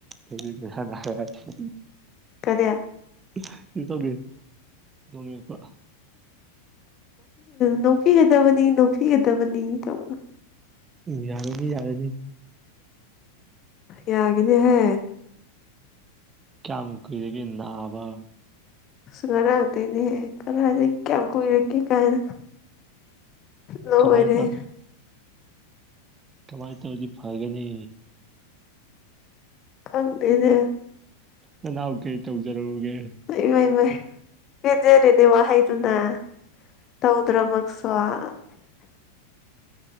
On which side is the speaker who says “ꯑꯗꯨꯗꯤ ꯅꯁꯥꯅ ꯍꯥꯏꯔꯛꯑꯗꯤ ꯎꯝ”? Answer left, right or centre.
Right